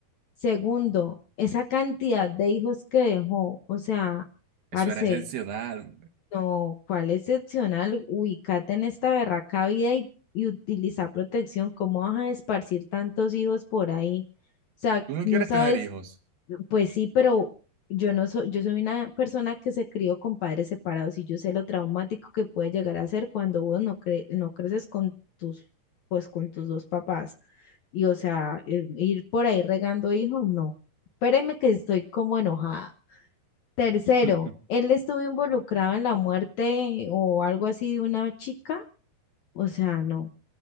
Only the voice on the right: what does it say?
eso era excepcional.
Tú no
quieres
tener hijos.
<laughs>